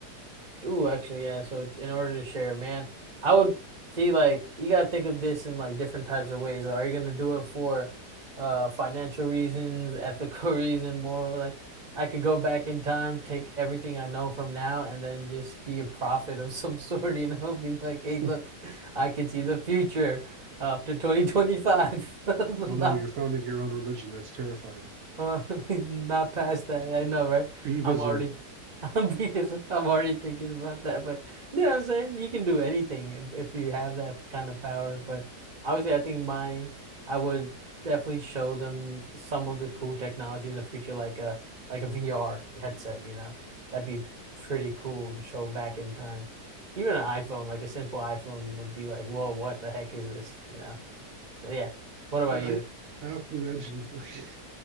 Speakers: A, on the right; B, on the right.
A: Ooh, actually, yeah. So in order to share, man, I would see like you gotta think of this in like different types of ways. Like, Are you gonna do it for uh financial reasons, ethical <laughs> reason, more like I could go back in time, take everything I know from now, and then just be a prophet of some <laughs> sort, you know, be like, hey, look,
B: <laughs> oh
A: I can see the future up to 2025. <laughs> Not
B: no, you're founding your own religion. That's terrifying.
A: uh, <laughs> not past that. I know, right?
B: Beavism.
A: I'm already, <laughs> I'm because I'm already thinking about that. But you know what I'm saying? You can do anything if, if you have that kind of power. But obviously, I think my, I would definitely show them some of the cool technology in the future, like a like a VR headset. You know, that'd be pretty cool to show back in time. Even an iPhone, like a simple iPhone, would be like, whoa, what the heck is this? You know? So yeah. What about
B: I, I,
A: you?
B: I often imagine <laughs> like